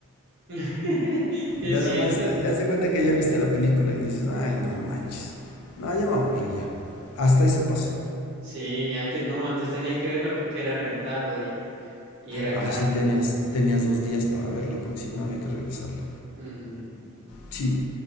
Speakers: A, on the right; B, on the left.
A: <laughs> Es
B: Nada
A: cierto.
B: más, haz de cuenta que ya viste la película y dices, ay, no manches, no, ya me aburrí ya. Hasta eso pasa.
A: Sí, antes no, antes tenías que verla porque era rentado y, y era
B: Ah,
A: caro.
B: sí, tenías, tenías dos días para verla, porque si no había que regresarla.
A: Ujú.
B: Sí,